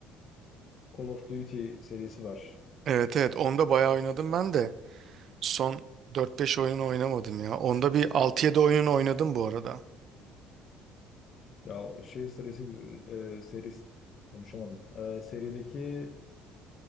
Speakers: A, on the left; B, on the right.
A: Call of Duty serisi var.
B: Evet evet onda bayağı oynadım ben de. Son dört beş oyun oynamadım ya. Onda bir 6-7 oyun oynadım bu arada.
A: Ya şey serisi güzel- e, serisi konuşamadım. E, serideki